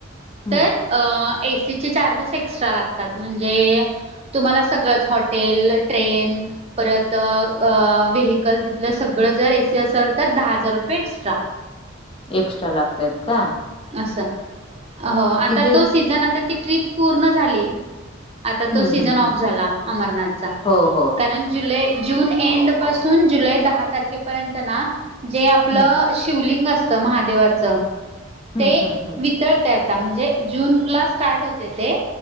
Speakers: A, on the left; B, on the right.
A: हम्म
B: तर अ एसीचे चार्जेस एक्स्ट्रा लागतात म्हणजे तुम्हाला सगळंच हॉटेल, ट्रेन परत अ व्हेहिकल तिथलं सगळं जर एसी असेल तर दहा हजार रुपये एक्स्ट्रा
A: एक्स्ट्रा लागतयत का
B: असं हो आता
A: दे
B: तो सीझन आता ती ट्रिप पूर्ण झाली आता
A: हम्म
B: तो सीझन
A: हम्म
B: ऑफ
A: हम्म
B: झाला अमरनाथचा
A: हो हो
B: कारण जुलै, जून एंड पासून जुलै दहा तारखेपर्यंत ना जे आपलं
A: हम्म
B: शिवलिंग अस त महादेवाच
A: हम्म
B: ते
A: हम्म हम्म
B: वितळ आता म्हणजे जूनला स्टार्ट होते ते